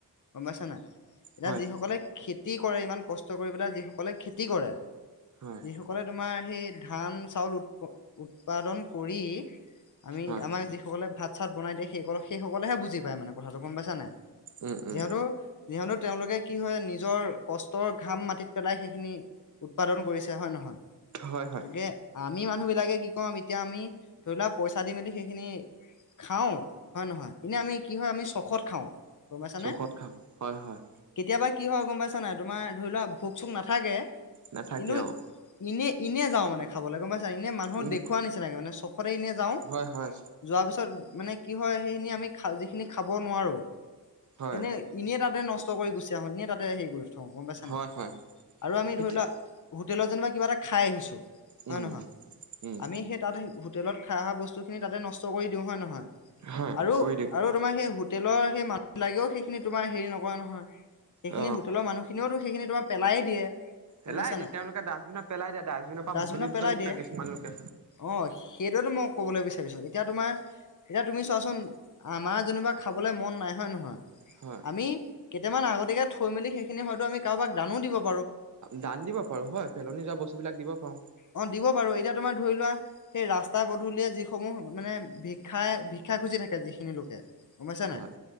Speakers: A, on the left; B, on the right.
A: গম পাইছ নাই, এতিয়া
B: হয়
A: যিসকলে। খেতি কৰে ইমান কষ্ট কৰি পেলাই যি সকলে খেতি কৰে।
B: হয়।
A: য সকলে তোমাৰ সেই ধান চাউল উৎপাদন কৰি। আমি
B: হয়
A: আমাক যিসকলে ভাত চাত বনাই দিয়ে সেইসকল সেই সকলেহে বুজি পায় মানে কথাটো গম পাইছা নাই
B: উম উম
A: যিহেতু যিহেতু তেওঁলোকে কি হয়। নিজৰ কষ্টৰ ঘাম মাটিত পেলাই সেইখিনি উৎপাদন কৰিছে হয় নহয়।
B: হয়
A: গতিকে
B: হয়।
A: আমি মানুহ বিলাকে কি কম এতিয়া আমি। ধৰি লোৱা পইচা দি মেলি সেইখিনি খাওঁ। হয় নহয় এনে আমি কি হয় আমি চখত খাওঁ গমাইছানে।
B: চৌখত খাওঁ হয় হয়
A: কেতিয়াবা কি হয় গম পাইছা নাই তোমাৰ ধৰি লোৱা ভোক চোক নাথাকে
B: নাথাকে
A: কিন্তু
B: অ
A: এনেই। এনে যাওঁ মানে খাবলৈ গম পাইছা এনে মানুক
B: উম
A: দেখওৱা নিচিনাক মানে চখটৈ ই এনে যাওঁ।
B: হয় হয়
A: যোৱাৰ পিছত মানে কি হয় সেইখিনি আমি যিখিনি খাব নোৱাৰো
B: হয়
A: এনেই। এনেই তাতে নষ্ট কৰি গুচি আহো, এনে তাতে হেৰি কৰি থাকো গম পাইছা
B: হয়
A: নাই,
B: হয়
A: আৰু আমি ধৰি
B: এতিয়া
A: লোৱা। হোটেলত যেনিবা কিবা এটা খাই আহিছো হয়
B: উম
A: নহয়
B: উম
A: আমি সেই তাত। হোটেলত খাই অহা বস্তুখিনি তাতে নষ্ট কৰি দিওঁ হয় নহয়
B: হয়
A: আৰু
B: কৰি দিওঁ
A: আৰু। তোমাৰ সেই হোটেলৰ সেই মানুহ লাগেও সেইখি তোমাৰ হেৰি নক নহয় সেইখিনি
B: অ
A: হোটেলৰ মানুহিনি সিনিওো সেইখিনিও টো পেলাই দিয়ে।
B: পেলাই
A: গম পাইছা
B: দিয়ে
A: নাই
B: তেওঁলোকে ডাষ্টবিনত পেলাই দিয়া ডাষ্টবিনৰ পৰা
A: ডাষ্টবিনত
B: বুটলি বুটলি
A: পেলাই
B: লয়
A: দিয়ে
B: কিছুমান লোকে।
A: অ, সেইটোয়েতো মই ক'বলৈ বিচাৰিছো এতিয়া তোমাৰ। এতিয়া তুমি চোৱাচোন আমাৰ যেনোিবা খাবলৈ মন নাই হয় নহয়।
B: হয়
A: আমি কেইটামান আগতিকে থৈ মেলি সেইখিনি হয়তো আমি কাৰোবাক দানো দিব পা
B: দান দিব পাৰো হয়, পেলনি যোৱা বস্তুবিলাক দিব পাৰো।
A: অ, দিব বাৰু এতিয়া তোমাৰ ধৰি লোৱা। সেই ৰাস্তা পধূলিয় যিসমূহ মানে ভিক্ষাই ভিক্ষা খুজি থাকে যিখিনি লোকে। গম পাইছা নে
B: হয়
A: নাই